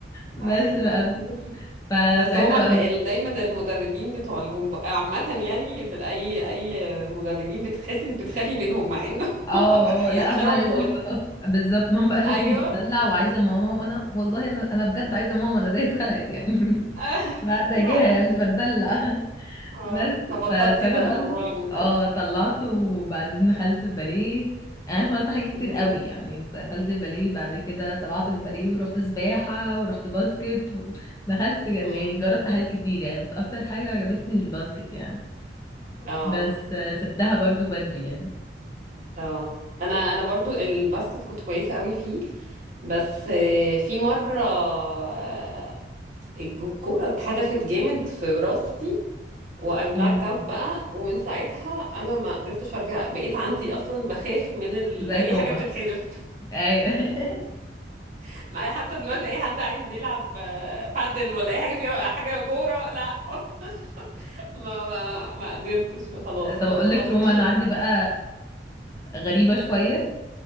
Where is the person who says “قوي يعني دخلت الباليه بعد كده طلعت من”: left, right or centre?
Left